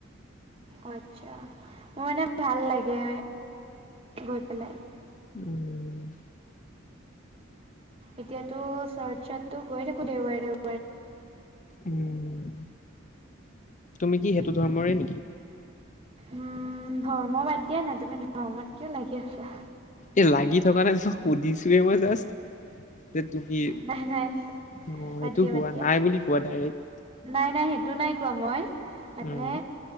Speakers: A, on the right; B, on the left.
A: আচ্ছা, মোৰ মানে ভাল লাগে গৈ পেলাই।
B: উম।
A: এতিয়াতো চাৰ্চটটো গৈ থাকো দেওবাৰে দেও
B: উম তুমি কি সেইটো ধৰ্মৰে নেকি?
A: উম ধৰ্ম বাদ দিয়া নাই তুমি ধৰ্মত কিয় লাগি আছা।
B: এ লাগি থকা নাই সুধিছোৱে মই জাষ্ট যে তুমি
A: নাই নাই
B: অ'
A: বাদ
B: এইটো
A: দিয়া বাদ
B: কোৱা
A: দিয়া
B: নাই বুলি কোৱা ডাইৰেক্ট
A: নাই নাই সেইটো নাই কোৱা মই মানে
B: উম।